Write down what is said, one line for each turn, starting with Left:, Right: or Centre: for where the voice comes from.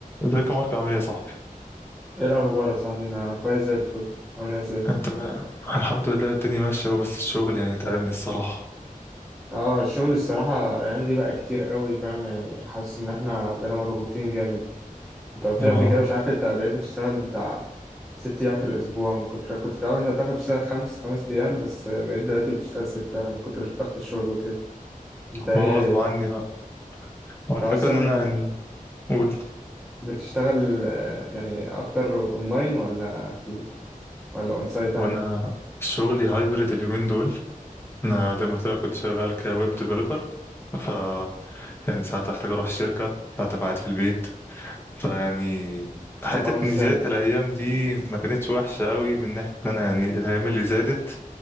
Left: ازيك يا مارك عامل ايه يا صاحبي
Centre: ايه الاخبار يا صاحبي انا كويس زي الفل عامل ازاي
Left: انت الحمد لله الدنيا ماشيه وبس الشغل يعني تعبني الصراحه
Centre: اه الشغل الصراحه الايام دي بقى كتير قوي فاهم يعني حاسس ان احنا بقينا مضغوطين جامد انت قلت
Left: ما
Centre: لي قبل كده مش عارف انت بقيت بتشتغل بتاع ست ايام في الاسبوع من كتر كنت في الاول انت بتاخد تشتغل خمس خمس ايام بس بقيت دلوقتي بتشتغل سته من كتر ضغط الشغل وكده انت ايه
Left: ما هو غصب عني بقى هو
Centre: انت
Left: الفكره
Centre: اصلا
Left: ان انا يعني قول
Centre: بتشتغل آه، يعني اكتر اونلاين ولا في ولا اون سايت عادي
Left: هو انا شغلي هايبرد اليومين دول انا زي ما قلت لك كنت شغال كويب ديفلوبر ف يعني ساعات احتاج اروح الشركه ساعات أبقى قاعد في البيت فيعني حته
Centre: الموضوع مش ثابت
Left: ان زياده الايام
Centre: اه
Left: دي ما كانتش وحشه قوي من ناحيه ان انا يعني الايام اللي زادت